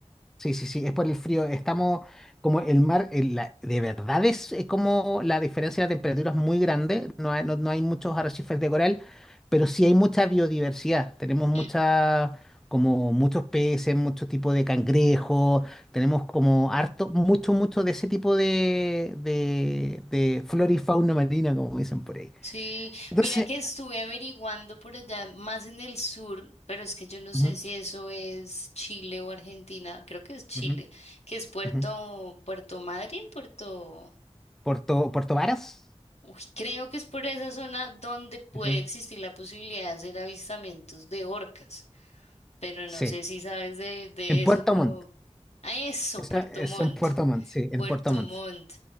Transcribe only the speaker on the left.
Mm,
Sí,
mira que estuve averiguando por allá, más en el sur, pero es que yo no sé
si eso es Chile o Argentina, creo que es Chile,
que es Puerto,
Puerto Madryn, Puerto...
Uy, creo que es por esa zona donde puede
existir la posibilidad de hacer avistamientos de orcas, pero
no sé si sabes de, de
eso,
A eso,
Puerto
Montt,
Puerto
Montt.